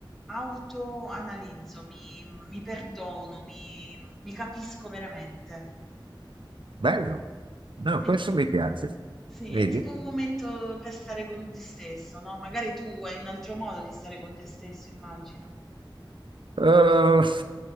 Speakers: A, in the centre; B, on the right.
A: autoanalizzo, mi, mi perdono, mi, mi capisco veramente.
B: Bello. No,
A: È,
B: questo
A: t-
B: mi piace.
A: sì,
B: Vedi?
A: è tipo un momento per stare con te stesso, no? Magari tu hai un altro modo di stare con te stesso, immagino.
B: Eh,